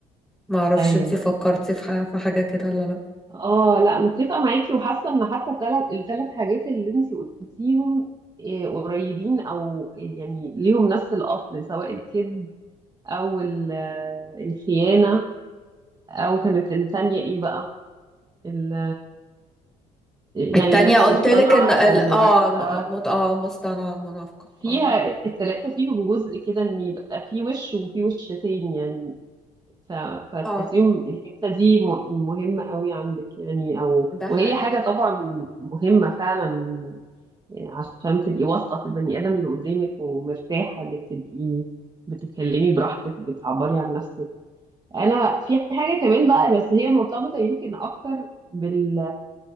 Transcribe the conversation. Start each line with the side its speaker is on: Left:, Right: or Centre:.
Centre: ما اعرفش
Right: ايوه
Centre: انت فكرتي في ح- في حاجة كده ولا لا
Right: اه لا متفقه معاكي وحاسه ان حتى الثلاث الثلاث حاجات اللي انتي قلتيهم إيه، قريبين او يعني ليهم نفس الاصل سواء الكذب او ال- آه، الخيانه او كانت الثانيه ايه بقى ال
Centre: التانية
Right: يعني الناس
Centre: قلت
Right: المصطنعة
Centre: لك ان ال-
Right: أو المنافقة
Centre: اه الم- مت... اه مصطنعة المنافقة
Right: فيها
Centre: اه
Right: التلاتة فيهم جزء كده إن يبقى في وش وفي وش تاني يعني ف... فتحسيهم
Centre: اه
Right: الحتة دي م... مهمة قوي عندك يعني أو
Centre: ده حقيقي
Right: وهي حاجة طبعا مهمة فعلا عشان تبقي واثقة في البني آدم اللي قدامك ومرتاحة إنك تبقي بتتكلمي براحتك بتعبري عن نفسك أنا في حاجة كمان بقى بس هي مرتبطة يمكن أكتر بال